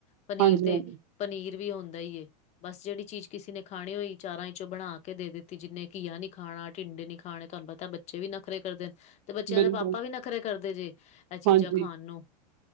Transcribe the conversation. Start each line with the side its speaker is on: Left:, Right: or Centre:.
Left: ਪਨੀਰ
Right: ਹਾਂਜੀ
Left: ਤੇ
Right: ਹਾਂਜੀ
Left: ਪਨੀਰ ਵੀ, ਹੁੰਦਾ ਈ ਏ ਬਸ ਜਿਹੜੀ ਚੀਜ਼ ਕਿਸੇ ਨੇ ਖਾਣੀ ਹੋਈ ਚਾਰਾਂ ਚੋਂ ਬਣਾ ਕੇ ਦੇ ਦਿੱਤੀ, ਜਿੰਨੇ ਘੀਆ ਨੀ ਖਾਣਾ, ਟਿੰਡੇ ਖਾਣੇ ਤੁਹਾਨੂੰ ਪਤਾ ਤਾਂ, ਬੱਚੇ ਵੀ ਨਖਰੇ ਕਰਦੇ ਨੇ ਤੇ ਬੱਚਿਆਂ
Right: ਬਿਲਕੁਲ
Left: ਦੇ ਪਾਪਾ ਵੀ ਨਖਰੇ ਕਰਦੇ ਜੇ? ਇਹ ਚੀਜਾ
Right: ਹਾਂਜੀ
Left: ਖਾਣ ਨੂੰ,